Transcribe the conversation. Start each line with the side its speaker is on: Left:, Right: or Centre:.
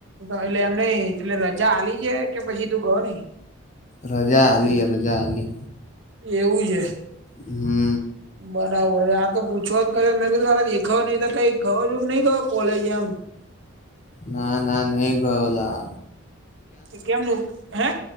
Right: એટલે એમ નય એટલે રજા આલી છે, કે પછી તું ગયો નઈ
Left: રજા આલી રજા આલી
Right: એવું છે.
Left: હમ્મ.
Right: બરાબર આ તો પૂછવા જ કરયો મેં કીધું દેખાવ નહી તો કઈ ગયો કે નઈ ગયો કોલેજ એમ
Left: ના ના નહી ગયોલા
Right: કેમનું હે